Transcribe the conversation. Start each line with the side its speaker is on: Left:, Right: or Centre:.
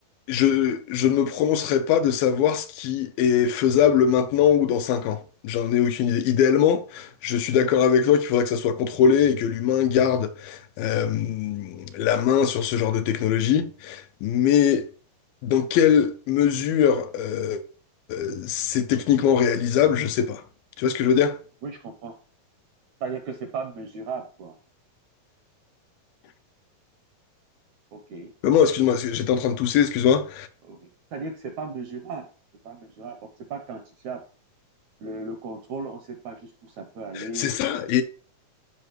Left: je, je ne me prononcerai pas de savoir ce qui est faisable maintenant ou dans 5 ans. J'en ai aucune idée. Idéalement, je suis d'accord avec toi qu'il faudrait que ça soit contrôlé et que l'humain garde euh, la main sur ce genre de technologie. Mais dans quelle mesure euh, euh, c'est techniquement réalisable, je sais pas. Tu vois ce que je veux dire?
Right: Oui, je comprends. C'est-à-dire que c'est pas mesurable, quoi. OK.
Left: Maman, excuse-moi, parce que j'étais en train de tousser, excuse-moi.
Right: Oui. C'est-à-dire que c'est pas mesurable. C'est pas mesurable. Donc, C'est pas quantifiable. Le, le contrôle, on ne sait pas jusqu'où ça peut aller.
Left: C'est ça.